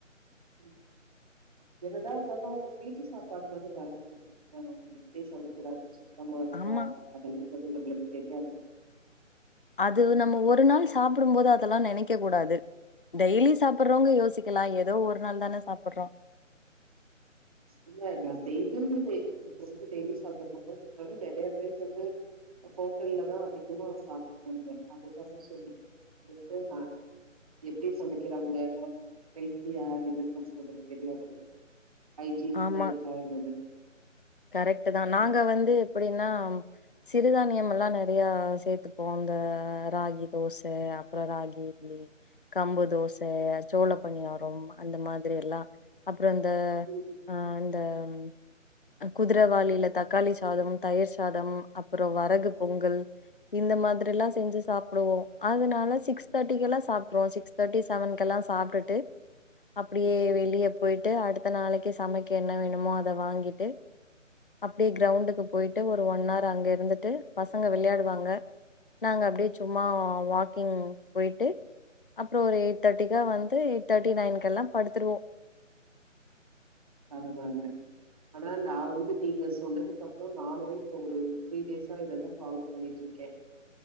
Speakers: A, on the right; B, on the left.
A: ம் என்னதா இருந்தாலும் வீட்டு சாப்பாடு போது <unintelligible> <unintelligible>
B: ஆமா
A: அது து நம்ளுக்கு தெரியாது
B: அது நம்ம ஒரு நாள் சாப் ப்பிடும் போது அதெல்லாம் நினைக்க கூடாது டெய்லி சாப் றவங்க யோசிக்கலாம் ஏதோ ஒரு நால் தான சாப்பிடுறோம்
A: இல்ல நான் டெய்லி இப்ப வந்து டெய்லி சாப்பி மாட்டோலும் நிறைய பேர் வந்து ஹோட்டல்லதான் அதிகமா சாப்பிடுறாங்க அதுக்காக சொல்றேன் அது வந்து நான் எப்படி சமைக்கிறாங்க ஹெல்த்தியா என்னன்னு சொல்றது தெரியாதுல்ல ஐஜீனிக்காருக்கா
B: ஆமா
A: <unintelligible>
B: கரெக்ட் தான் நாங்க வந்து எப்படின்னா சிறுதானியம் எல்லாம் நிறைய சேர்த்துப்போம் இந்த ராகி தோசை அப்புறம் ராகி இட்லி கம்பு தோசை சோள பனியாரம் அந்த மாதிரி எல்லாம் அப்புறம் அந்த
A: ம்,
B: ஆஹ் அ குதிரவாளியில தக்காளி சாதம் தயிர் சாதம் அப்புறம் வரகு பொங்கல் இந்த மாதிரி எல்லாம் செஞ்சு சாப்பிடுவோம் அதனால சிக்ஸ் தேர்ட்டிக்கெ எல்லாம் சாப்பிடுவோம் சிக்ஸ் தேர்ட்டி செவன்கெ எல்லாம் சாப்ட்டுட்டு அப்படியே
A: ம்.
B: வெளிய போயிட்டு அடுத்த நாளைக்கு சமைக்க என்ன வேணுமோ அத வாங்கிட்டு அப்படியே கிரௌண்டுக்கு போயிட்டு ஒரு ஒன் ஹர் அங்க இருந்துட்டு பசங்க விளையாடுவாங்க நாங்க அப்படியே சும்மா வாக்கிங் போயிட்டு அப்புறம் ஒரு எயிட் தேர்ட்டிக்கா வந்து எயிட் தேர்ட்டி நைன்க எல்லாம் படுத்துருவோம்
A: பரவாயில்ல ஆனா நான் வந்து நீங்க சொன்னதுக்கு அப்புறம் நானே இப்ப ஒரு த்ரீ டேஸா இததான் ஃபாலோ பண்ணிட்டு இருக்கேன்